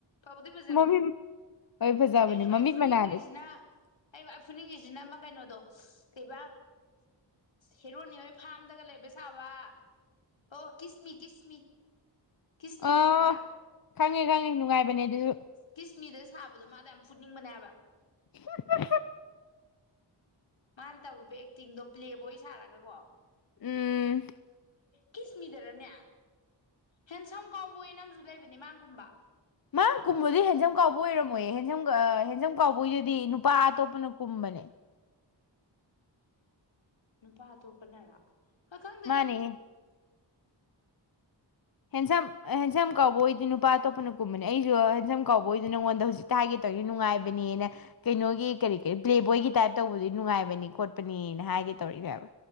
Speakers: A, on the left; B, on the left.
A: ꯐꯥꯎꯗꯤ ꯐꯖꯕꯅꯦ
B: ꯃꯃꯤꯡ ꯍꯣꯏ ꯐꯖꯕꯅꯦ
A: ꯑꯩꯅ ꯋꯥꯥꯏ
B: ꯃꯃꯤꯠ
A: ꯐꯨꯅꯤꯡꯈ꯭ꯔꯤꯁꯤꯅ
B: ꯃꯅꯥꯗꯨ
A: ꯑꯩꯩꯅ ꯥꯏ ꯐꯨꯅꯤꯡꯉꯤꯁꯤꯅ ꯀꯩꯅꯣꯗꯣ ꯀꯩꯕ ꯍꯦꯔꯣꯅꯤ ꯍꯣꯏ ꯐꯥꯔꯝꯗꯒ ꯂꯩꯕ ꯁꯥꯕ ꯑꯣ ꯀꯤꯁꯃꯤ ꯀꯤꯁꯃꯤ ꯀꯤꯁꯃꯤꯗ
B: ꯑꯥ
A: ꯈꯝꯕ꯭ꯔꯥ
B: ꯈꯪꯉꯦ ꯈꯪꯉꯦ ꯅꯨꯡꯉꯥꯏꯕꯅꯦ ꯑꯗꯨꯁꯨ
A: ꯀꯤꯁꯃꯤꯗ ꯁꯥꯕꯗ ꯑꯗꯨ ꯃꯥꯗꯤ ꯌꯥꯝ ꯐꯨꯠꯅꯤꯡꯕꯅꯦꯕ
B: <inaudible>
A: ꯃꯥꯅ ꯇꯧꯔꯤꯕ ꯑꯦꯛꯇꯤꯡꯗꯣ ꯄ꯭ꯂꯦꯕꯣꯏ ꯁꯥꯔꯒꯀꯣ
B: ꯎꯝ
A: ꯀꯤꯁꯃꯤꯗꯔꯅꯦ ꯍꯦꯟꯁꯝ ꯀꯧꯕꯦꯅ ꯑꯃꯁꯁꯨ ꯂꯩꯕꯅꯤ ꯃꯥꯡꯒꯨꯝꯕ
B: ꯃꯥꯌꯥꯝ ꯀꯨꯝꯕꯗꯤ ꯍꯦꯟꯖꯝ ꯀꯥꯎꯕ ꯑꯣꯏꯔꯝꯒ ꯍꯦꯟꯖ ꯍꯦꯟꯖꯝ ꯀꯕꯒꯤꯗꯨꯗꯤ ꯅꯨꯄꯥ ꯑꯇꯣꯞꯄꯅ ꯀꯨꯝꯕꯅꯦ
A: ꯅꯨꯄꯥ ꯑꯇꯣꯞꯄꯅꯔ ꯍꯣꯏ ꯈꯪꯗꯦꯗ
B: ꯃꯥꯅꯦꯍꯦ ꯍꯦꯟꯁꯝ ꯍꯦꯟꯁꯝ ꯀ ꯑꯣꯏꯗꯤ ꯅꯨꯄꯥ ꯑꯇꯣꯞꯄꯅ ꯀꯨꯝꯕꯅꯦ ꯑꯩꯁꯨ ꯍꯦꯟꯁꯝ ꯀꯥꯎ ꯑꯣꯏꯗꯨꯅ ꯅꯪꯉꯣꯟꯗ ꯍꯧꯖꯤꯛꯇ ꯍꯥꯏꯒꯦ ꯇꯧꯔꯤꯅꯦ ꯅꯨꯡꯉꯥꯏꯕꯅꯤꯅ ꯀꯩꯅꯣꯒꯤ ꯀꯔꯤ ꯀꯔꯤ ꯄ꯭ꯂꯦꯕꯣꯏꯒꯤ ꯇꯥꯏꯞ ꯇꯧꯕꯗꯨ ꯅꯨꯡꯉꯥꯏꯕꯅꯤ ꯈꯣꯠꯄꯅꯤꯅ ꯍꯥꯏꯒꯦ ꯇꯧꯔꯤꯅꯦꯕ